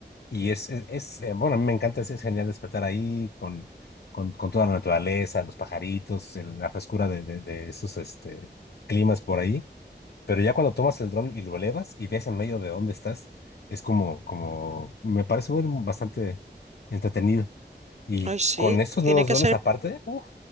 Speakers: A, on the left; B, on the right.
A: y es, es, es, eh, bueno, a mí me encanta, es, es genial despertar ahí con, con, con toda la naturaleza, los pajaritos, el- la frescura de, de, de esos este, climas por ahí. Pero ya cuando tomas el dron y lo elevas y ves en medio de dónde estás, es como, como, me parece bueno, bastante entretenido. Y
B: Ay, sí,
A: con estos
B: tiene
A: nuevos
B: que
A: drones
B: ser.
A: aparte, uf,